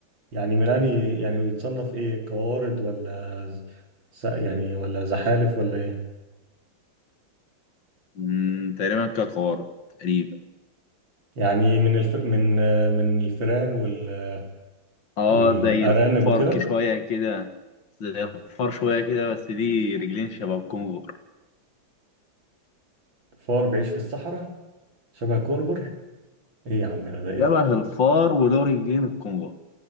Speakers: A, on the right (about 75°); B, on the left (about 70°).
A: يعني ميلاني يعني يتصنف ايه قوارض ولا ز... يعني ولا زحالف ولا ايه
B: مم. تقريبا كقارة تقريبا
A: يعني من الف... من من الفئران وال...
B: اه
A: والارانب
B: زي الفرك
A: وكده
B: شويه كده زي الفار شويه كده بس دي رجلين شبه الكونغر
A: فار بيعيش في الصحراء شبه كونغر ايه يا عم ده ده ايه
B: شبه
A: ده
B: الفار وله رجلين الكونغر